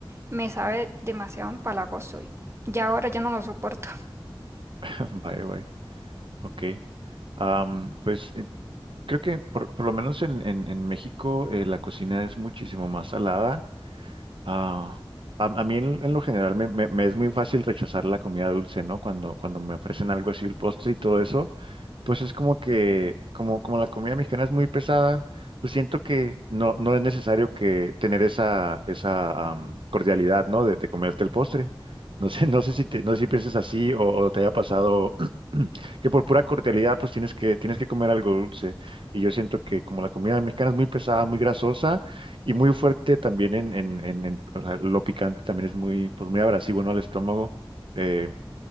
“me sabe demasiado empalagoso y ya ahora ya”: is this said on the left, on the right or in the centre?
Right